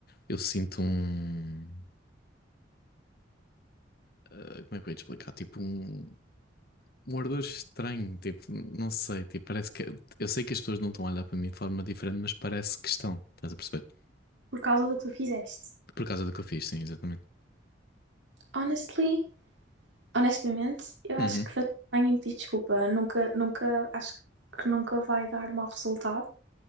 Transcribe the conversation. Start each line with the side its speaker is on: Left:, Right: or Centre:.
Left: eu sinto um. ah, como é que eu ia te explicar? Tipo, um, um ardor estranho. Tipo, não sei. Tipo, parece que. Eu sei que as pessoas não estão a olhar para mim de forma diferente, mas parece que estão. Estás a perceber?
Right: por causa do que tu fizeste.
Left: Por causa do que eu fiz, sim, exatamente.
Right: Honestly, honestamente, eu acho
Left: Uhum,
Right: que fazer bem em pedir desculpa nunca, nunca, acho que nunca vai dar mau resultado,